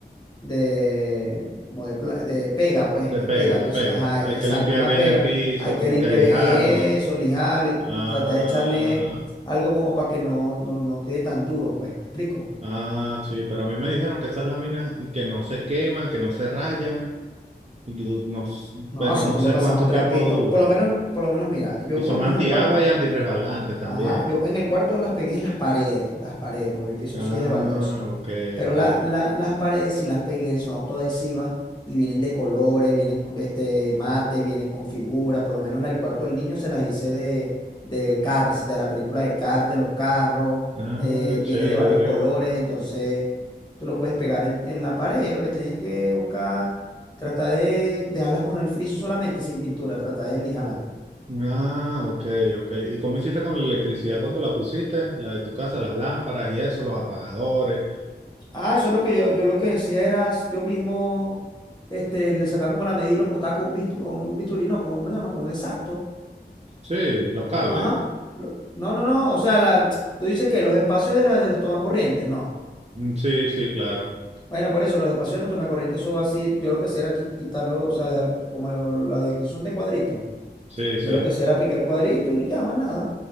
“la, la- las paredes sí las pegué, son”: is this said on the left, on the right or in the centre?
Left